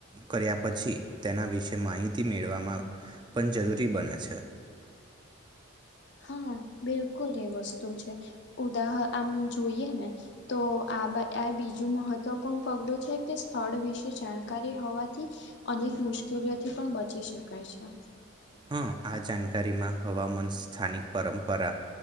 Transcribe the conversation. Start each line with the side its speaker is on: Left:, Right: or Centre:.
Right: કર્યા પછી તેના વિશે માહિતી મેળવામાં પણ જરૂરી બને છે.
Left: હા, બિલકુલ એ વસ્તુ છે. ઉદાહ આમ જોઈએ ને તો આ બે આ બીજું મહત્વપૂર્ણ પગલું છે કે સ્થળ વિશે જાણકારી હોવાથી અનેક મુશ્કેલીઓથી પણ બચી શકાય છે.
Right: હા, આ જાન કારીમાં હવામાન સ્થાનિક પરંપરા